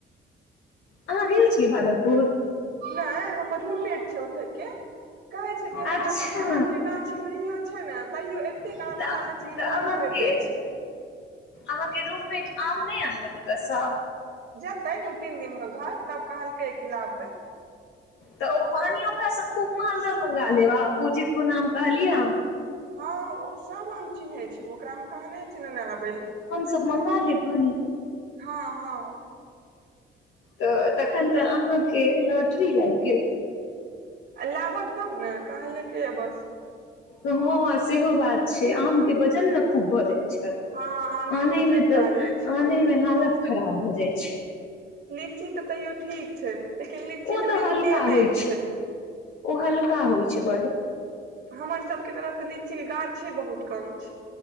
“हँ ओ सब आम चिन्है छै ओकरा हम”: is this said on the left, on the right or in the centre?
Right